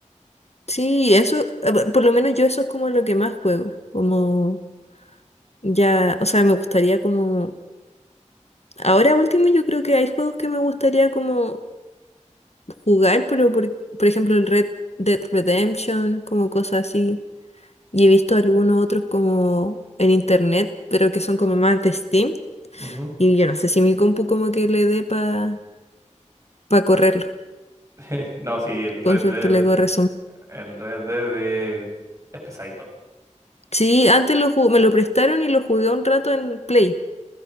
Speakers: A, on the left; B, on the right.
A: Sí, eso, eh, bu- por lo menos yo eso es como lo que más juego. Como ya, o sea, me gustaría como... Ahora último yo creo que hay juegos que me gustaría como jugar, pero por, por ejemplo el Red Dead Redemption, como cosas así. Y he visto algunos otros como en internet, pero que son como más de Steam.
B: Ujú.
A: Y yo no sé si mi compu como que le dé para correrlo.
B: <laughs> No, sí, el Red
A: Con suerte
B: Dead,
A: le corre
B: el Red Dead eh, es pesadito.
A: Sí, antes lo ju- me lo prestaron y lo jugué un rato en Play,